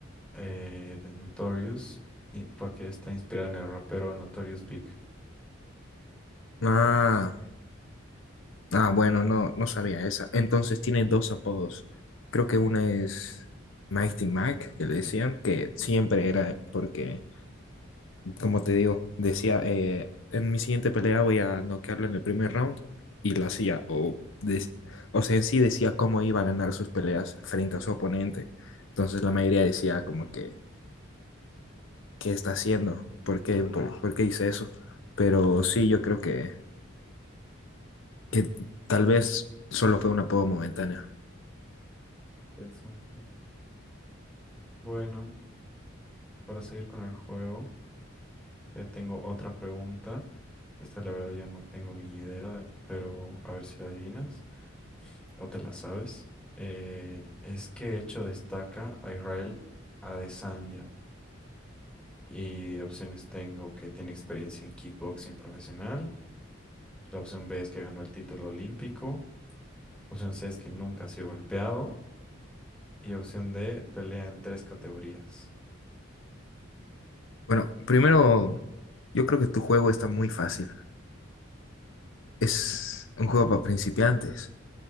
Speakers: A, in the centre; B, on the left (about 70°).
A: eh, de Notorious, y- porque está inspirado en el rapero Notorious Big.
B: Ah, ah, bueno, no, no sabía esa. Entonces tiene dos apodos. Creo que una es Mighty Mike, que le decían, que siempre era porque, como te digo, decía, eh, en mi siguiente pelea voy a noquearlo en el primer round y lo hacía. O, des- o sea, en sí decía cómo iba a ganar sus peleas frente a su oponente. Entonces la mayoría decía como que qué está haciendo, por qué, No, por, no. por qué hice eso. Pero sí, yo creo que, que tal vez solo fue un apodo momentáneo.
A: Interesante. Bueno, para seguir con el juego, ya tengo otra pregunta. Esta la verdad yo no tengo ni idea, de- pero a ver si la adivinas o te la sabes. Eh, es que hecho destaca a Israel Adesanya. Y opciones tengo que tiene experiencia en kickboxing profesional. La opción B es que ganó el título olímpico. La Opción C es que nunca ha sido golpeado. Y opción D, pelea en tres categorías.
B: Bueno, primero, yo creo que tu juego está muy fácil. Es un juego para principiantes.